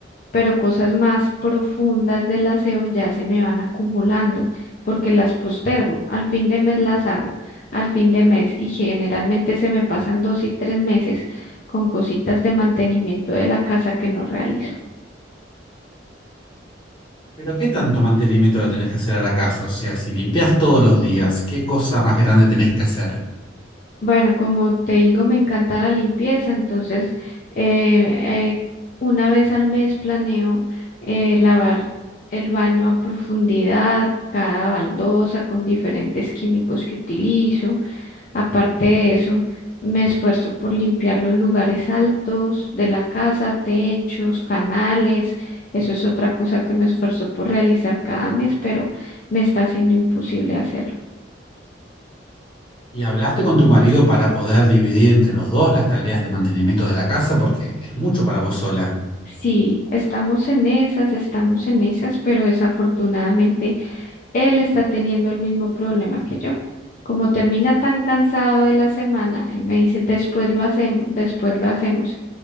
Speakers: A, on the left (about 45°); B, on the left (about 25°).
A: pero cosas más profundas del aseo ya se me van acumulando porque las postergo. Al fin de mes las hago, al fin de mes y generalmente se me pasan dos y tres meses con cositas de mantenimiento de la casa que no realizo.
B: Pero ¿qué tanto mantenimiento le tenés que hacer a la casa? O sea, si limpias todos los días, ¿qué cosa más grande tenés que hacer?
A: Bueno, como te digo, me encanta la limpieza, entonces eh, eh, una vez al mes planeo eh, lavar el baño a profundidad, cada baldosa con diferentes químicos que utilizo. Aparte de eso, me esfuerzo por limpiar los lugares altos de la casa, techos, canales. Eso es otra cosa que me esfuerzo por realizar cada mes, pero me está siendo imposible hacerlo.
B: ¿Y hablaste con tu marido para poder dividir entre los dos las tareas de mantenimiento de la casa? Porque es mucho para vos sola.
A: Sí, estamos en esas, estamos en esas, pero desafortunadamente él está teniendo el mismo problema que yo. Como termina tan cansado de la semana, él me dice, después lo hacemos, después lo hacemos.